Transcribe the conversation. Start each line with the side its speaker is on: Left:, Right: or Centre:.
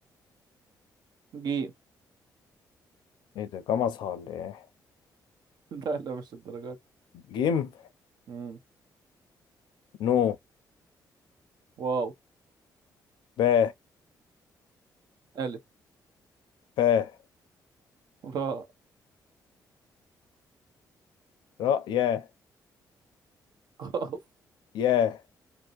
Right: جيم
Left: إيه ده كام أصحى ولا إيه؟
Right: <laughs> لا لا مش الدرجات
Left: جيم
Right: مم.
Left: نو
Right: واو
Left: با
Right: ألف
Left: فا
Right: راء
Left: را يا
Right: قاف
Left: يا